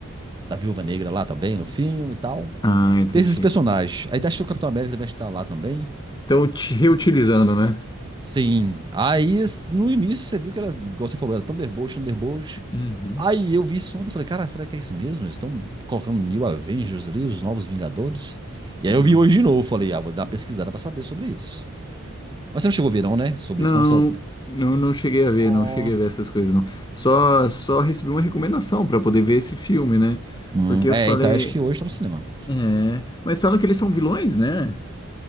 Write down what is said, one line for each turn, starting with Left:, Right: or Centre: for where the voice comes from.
Right: da Viúva Negra lá também, no filme e tal.
Left: Ah, entendi.
Right: Tem esses personagens. Aí tá, acho que o Capitão América também acho que tá lá também.
Left: Então, te reutilizando, né?
Right: Sim. Aí, no início, você viu que era, igual você falou, era Thunderbolt, Thunderbolt.
Left: Uhum.
Right: Aí eu vi isso ontem e falei, cara, será que é isso mesmo? Eles estão colocando New Avengers ali, os Novos Vingadores. E
Left: Nossa.
Right: aí eu vi hoje de novo, falei, ah, vou dar uma pesquisada pra saber sobre isso. Mas você não chegou a ver não, né? Sobre
Left: Não,
Right: isso, não só...
Left: não, não cheguei a ver,
Right: Ó.
Left: não cheguei a ver essas coisas, não. Só, só recebi uma recomendação pra poder ver esse filme, né?
Right: Hum,
Left: Porque eu
Right: é,
Left: falei,
Right: e tá, acho que hoje tá no cinema.
Left: é, mas falam que eles são vilões, né?